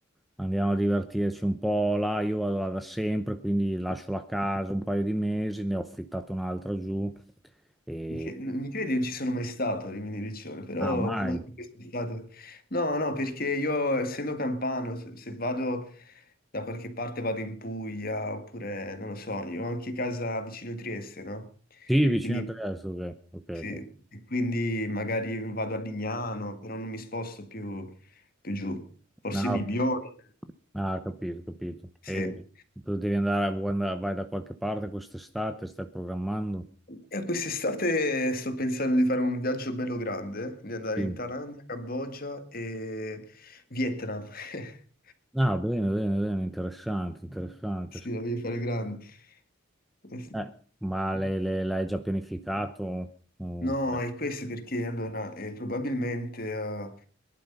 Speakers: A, in the centre; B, on the left.
A: andiamo a divertirci un po' là, io vado là da sempre, quindi lascio la casa un paio di mesi, ne ho affittato un'altra giù, e...
B: Mi cre- mi credi, non ci sono mai stato a Rimini Riccione, però
A: Ah, mai?
B: magari quest'estate... No, no, perché io essendo campano, se, se vado da qualche parte vado in Puglia, oppure non lo so, io ho anche casa vicino Trieste, no?
A: Sì, vicino
B: Quindi
A: a Trieste, ok, ok,
B: Sì,
A: ok.
B: e quindi magari vado a Lignano, però non mi sposto più, più giù. Forse
A: No,
B: Bibione,
A: ah, capito, capito.
B: sì.
A: E tu devi andare, vuoi andare- vai da qualche parte quest'estate, stai programmando?
B: E quest'estate sto pensando di fare un viaggio bello grande, di andare
A: Sì.
B: in Thailandia, Cambogia e Vietnam. <laughs>
A: Ah, bene, bene, bene, interessante, interessante.
B: Sì, la voglio fare grande. Eh sì.
A: Eh, ma le- le- l'hai già pianificato? Oh,
B: No, è questo perché allora eh, probabilmente eh,